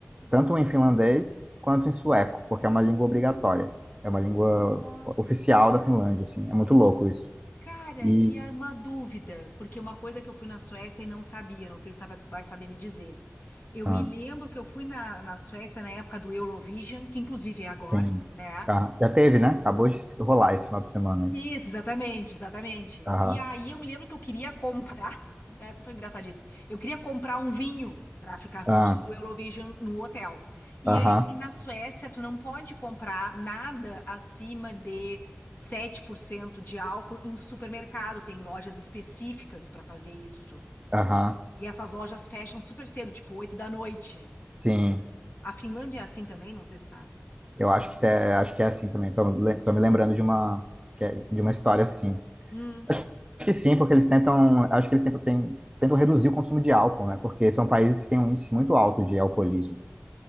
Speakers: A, on the right; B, on the left.
A: tanto em finlandês quanto em sueco, porque é uma língua obrigatória. É uma língua
B: Nossa,
A: oficial
B: não sabia.
A: da Finlândia, assim. É muito louco isso.
B: Cara,
A: E
B: e é uma dúvida, porque uma coisa que eu fui na Suécia e não sabia, não sei se sabe- vai saber me dizer. Eu
A: Ah,
B: me lembro que eu fui na, na Suécia na época do Eurovision, que inclusive é agora,
A: sim.
B: né?
A: Ah, já teve, né? Acabou de rolar esse final de semana aí.
B: Isso, exatamente, exatamente.
A: Aham,
B: E aí eu me lembro que eu queria comprar, <laughs> essa foi engraçadíssima. Eu queria comprar um vinho para ficar assistindo
A: ah,
B: o Eurovision no hotel. E
A: aham,
B: aí, e na Suécia tu não pode comprar nada acima de 7% de álcool em supermercado, tem lojas específicas para fazer isso.
A: aham.
B: E essas lojas fecham super cedo, tipo 8 da noite.
A: Sim,
B: A Finlândia
A: sim.
B: é assim também, não sei se sabe.
A: Eu acho que, é, acho que é assim também. Tô, le- tô me lembrando de uma, que é- de uma história assim.
B: Hum.
A: Acho que sim, porque eles tentam, acho que eles tentam, tem- tentam reduzir o consumo de álcool, né? Porque são países que têm um índice muito alto de alcoolismo.